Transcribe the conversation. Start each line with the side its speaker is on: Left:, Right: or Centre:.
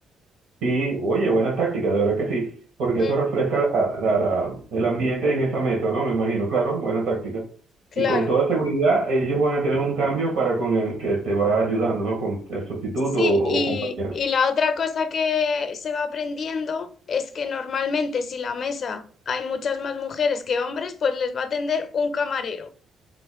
Right: Sí, oye, buena táctica, de verdad que sí, porque
Left: Mm,
Right: eso refresca la- la- la- el ambiente en esa mesa, ¿no? Me imagino, claro, buena táctica.
Left: claro.
Right: Y con toda seguridad, ellos van a tener un cambio para con el que te va ayudando, ¿no? Con el sustituto
Left: Sí,
Right: o,
Left: y,
Right: compañero.
Left: y la otra cosa que se va aprendiendo es que normalmente si la mesa hay muchas más mujeres que hombres, pues les va a atender un camarero.